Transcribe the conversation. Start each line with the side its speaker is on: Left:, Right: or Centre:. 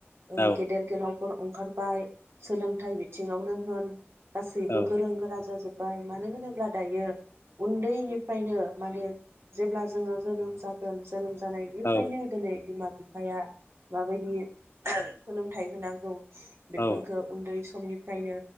Right: ओ
Left: औ
Right: गेदेर गोलाव फोर अंखारबाय सोलोंथाइ बिथिंङावनो होन गासैबो
Left: औ
Right: गोरों गोरा जाजोब बाय मानो होनोब्ला दायो उन्दैनिफ्रायनो माने जेब्ला जोंङो जोनोम जागोन जोनोम जानायनिफ्रायनो
Left: औ
Right: दिनै बिमा बि बिफाया माबायदि सोलोंथाइ होनांगौ। बेफोरखौ
Left: औ
Right: उन्दै समनिफ्रायनो